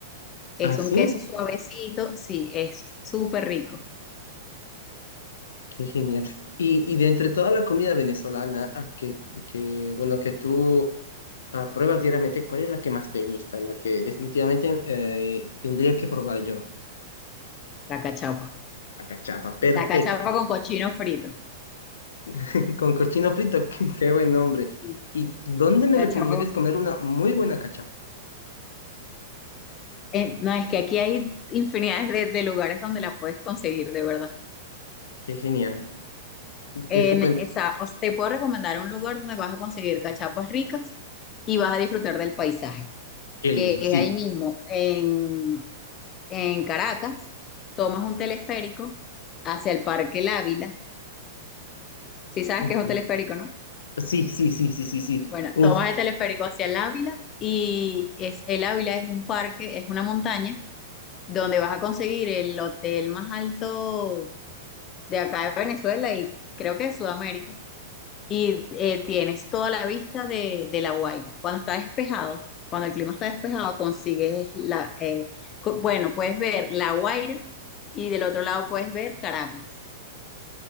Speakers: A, on the left; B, on the left.
A: Es
B: ¿Ah, sí?
A: un queso suavecito, sí, es súper rico
B: Qué genial. Y, y de entre toda la comida venezolana, ah, que, que, bueno, que tú Ah, pruebas diariamente, ¿cuál es la que más te gusta? La que definitivamente eh, tendría que probar yo.
A: la cachapa.
B: La cachapa, perfecta.
A: La cachapa con cochino frito.
B: <laughs> Con cochino frito, <laughs> qué, qué buen nombre.
A: Sí.
B: ¿Y dónde me
A: Cachorro.
B: recomendarías comer una muy buena cachapa?
A: Eh, no, es que aquí hay infinidades de, de lugares donde la puedes conseguir, de verdad.
B: Qué genial,
A: En
B: qué estupendo,
A: esa, o sea, te puedo recomendar un lugar donde vas a conseguir cachapas ricas y vas a disfrutar del paisaje,
B: qué
A: que
B: lindo,
A: es
B: sí.
A: ahí mismo, en, en Caracas, tomas un teleférico hacia el Parque El Ávila, si sabes
B: Ujú.
A: que es un teleférico, ¿no?
B: Sí, sí, sí, sí, sí, sí.
A: Bueno,
B: Uf,
A: tomas el teleférico hacia el Ávila y es, el Ávila es un parque, es una montaña donde vas a conseguir el hotel más alto de acá de Venezuela y creo que de Sudamérica. Y eh, tienes toda la vista de, de La Guaira. Cuando está despejado, cuando el clima está despejado, consigues la... eh, co- bueno, puedes ver La Guaira y del otro lado puedes ver Caracas.